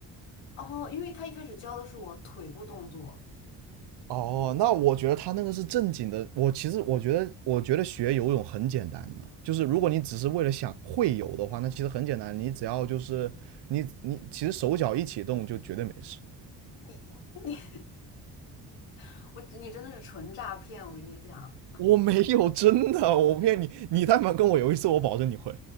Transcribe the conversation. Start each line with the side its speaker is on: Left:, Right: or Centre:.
Left: 哦，因为他一开始教的是我腿部动作，
Right: 哦，那我觉得他那个是正经的。我其实我觉得，我觉得学游泳很简单的，就是如果你只是为了想会游的话，那其实很简单，你只要就是你你其实手脚一起动就绝对没事。<laughs>
Left: 你你 <laughs> 我你真的是纯诈骗，我跟你讲，
Right: 我没有，真的，我骗你，你但凡跟我游一次，我保证你会。